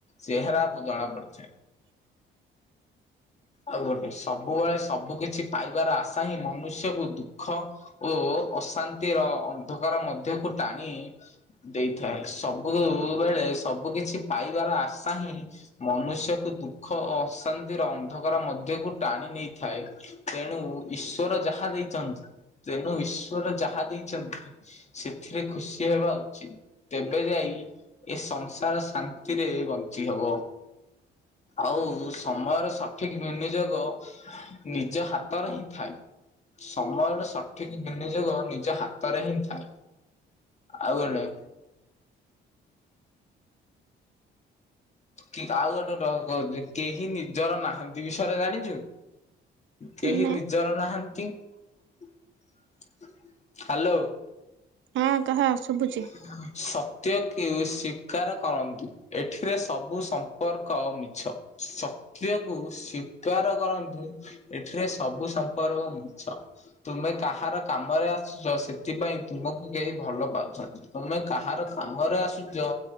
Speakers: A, on the left (about 35°); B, on the right (about 75°).
A: ଚେହେରା ଜଣା ପଡ଼ିଯାଏ।
B: <inaudible>
A: ଆଉ ଗୋଟେ ସବୁବେଳେ ସବୁ କିିଛି ପାଇବାର ଆଶା ହିଁ ମନୁଷ୍ୟକୁ ଦୁଃଖ ଓ ଅଶାନ୍ତିର ଅନ୍ଧକାର ମଧ୍ୟକୁ ଟାଣି ଦେଇଥାଏ ସବୁବେେଳେ ସବୁ କିଛି ପାଇବାର ଆଶା ହିଁ ମନୁଷ୍ୟକୁ ଦୁଃଖ ଓ ଅଶାନ୍ତିର ଅନ୍ଧକାର ମଧ୍ୟକୁ ଟାଣି ନେଇଥାଏ। ତେଣୁ ଈଶ୍ଵର ଯାହା ଦେଇଛନ୍ତି ତେଣୁ ଈଶ୍ୱର ଯାହା ଦେଇଛନ୍ତି। ସେଥିରେ ଖୁସି ହେବା ଆଉ ତେବେ ଯାଇ ଏ ସଂସାର ଶାନ୍ତିରେ ବଞ୍ଚି ହେବ। ଆଉ ସମୟର ସଠିକ ବିନିଯୋଗ ନିଜ ହାତର ହିଁ ଥାଏ। ସମୟର ସଠିକ ବିନିଯୋଗ ନିଜ ହାତରେ ହିଁ ଥାଏ ଆଉ ଗୋ କି ଆଉ ଗୋଟେ କେହି ନିଜର ନାହାନ୍ତି ବିଷୟରେ ଜାଣିଛୁ? କେହି
B: ନା
A: ନିଜର ନାହାନ୍ତି ହ୍ୟାଲୋ
B: ହଁ କହ ଶୁଭୁଛି।
A: ସ ସତ୍ୟକୁ ସ୍ୱୀକାର କରନ୍ତି ଏଠିରେ ସବୁ ସମ୍ପର୍କ ମିଛ। ସତ୍ୟକୁ ସ୍ୱୀକାର କରନ୍ତୁ। ଏଠିରେ ସବୁ ସମ୍ପର୍କ ମିଛ। ତୁମେ କାହାର କାମରେ ଆସୁଛ ସେଥିପାଇଁ ତୁମକୁ କେହି ଭଲ ପାଆନ୍ତୁ। ତମେ କାହାର କାମରେ ଆସୁଛ।